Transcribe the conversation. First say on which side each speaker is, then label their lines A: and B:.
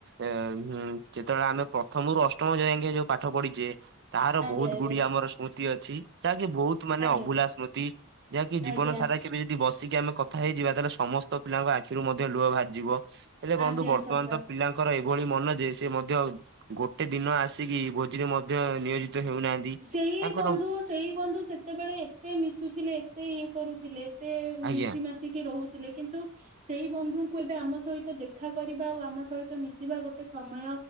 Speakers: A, on the right; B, on the right.
A: ଏଁ ଯେତେବେଳେ ଆମେ ପ୍ରଥମରୁ ଅଷ୍ଟମ ଯାଏଙ୍କେ ଯୋଉ ପାଠ ପଢିଛେ ତାହାର
B: ଆଜ୍ଞା
A: ବହୁତ
B: ଆଜ୍ଞା
A: ଗୁଡିଏ ଆମର ସ୍ମୃତି ଅଛି। ଯାହାକି ବହୁତ ମାନେ
B: ଆଜ୍ଞା
A: ଅଭୁଲା ସ୍ମୃତି। ଯାହାକି ଜୀବନ
B: ଆଜ୍ଞା
A: ସାରା କେବେ ଯଦି ବସିକି ଆମେ କଥା ହେଇଯିବା ତାହେଲେ ସମସ୍ତ ପିଲାଙ୍କ ଆଖିରୁ ମଧ୍ୟ ଲୁହ ବାହାରିଯିବ। ହେଲେ ବନ୍ଧୁ
B: ଆଜ୍ଞା
A: ବର୍ତ୍ତମାନ
B: ସତ
A: ତ ପିଲା ତାଙ୍କର ଏଭଳି ମନ ଯେ ସେ ମଧ୍ୟ ଗୋଟେ ଦିନ ଆସିକି ଭୋଜିରେ ମଧ୍ୟ ନିୟୋଜିତ ହେଉନାହାନ୍ତି।
B: ସେଇ
A: ତାଙ୍କର
B: ବନ୍ଧୁ ସେଇ ବନ୍ଧୁ ସେତେବେଳେ ଏତେ ମିଶୁଥିଲେ ଏତେ ଇଏ କରୁଥିଲେ। ମତେ
A: ଆଜ୍ଞା
B: ମିଶି ମାସିକି ରହୁଥିଲେ। କିନ୍ତୁ ସେଇ ବନ୍ଧୁଙ୍କୁ ଏବେ ଆମ ସହିତ ଦେଖା କରିବା ଆ ଆମ ସହିତ ମିଶିବା ଗୋଟେ ସମୟ